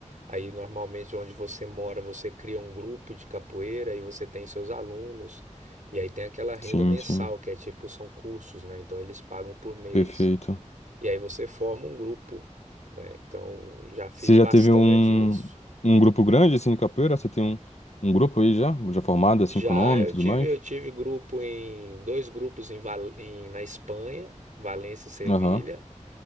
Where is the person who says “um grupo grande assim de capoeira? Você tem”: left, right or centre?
Left